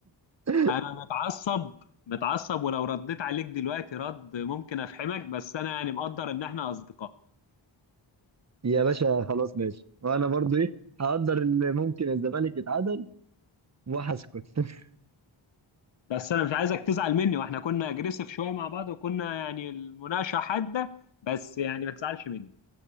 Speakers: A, on the right (about 35°); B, on the left (about 70°).
A: <laughs>
B: انا متعصب متعصب ولو رديت عليك دلوقتي رد ممكن افحمك بس انا يعني مقدر ان احنا اصدقاء
A: يا باشا خلاص ماشي وانا برضه ايه هقدر اللي ممكن الزمالك يتعادل وهسكت <laughs>
B: بس انا مش عايزك تزعل مني واحنا كنا اجريسيف شويه مع بعض وكنا يعني المناقشه حاده بس يعني ما تزعلش مني